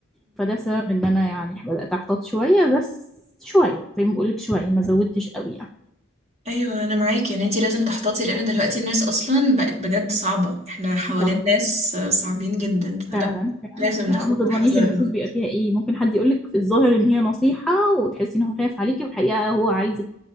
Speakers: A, in the centre; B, on the right.
A: فده سبب ان انا يعني بدأت احتاط شوية بس شوية زي ما بقولك شوية ما زودتش قوي يعني
B: ايوه انا معاكي يعني انتي لازم تحتاطي لان دلوقتي الناس اصلا بقت بجد صعبة احنا حوالين
A: صح
B: ناس صعبين جدا فلا
A: فعلا فعلا
B: لازم
A: فعلا
B: ناخد
A: ما تضمنيش
B: حذرنا
A: النفوس بيبقى فيها ايه ممكن حد يقولك في الظاهر ان هي نصيحة وتحسي ان هو خايف عليكي والحقيقة هو عايزك